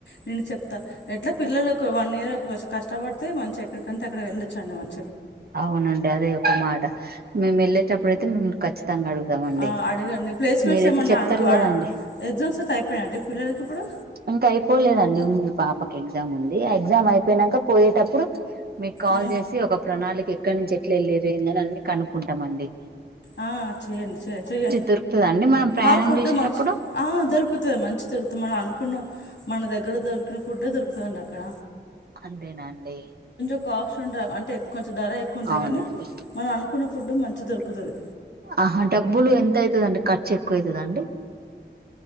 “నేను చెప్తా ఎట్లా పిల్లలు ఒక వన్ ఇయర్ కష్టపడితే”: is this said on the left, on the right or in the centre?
Left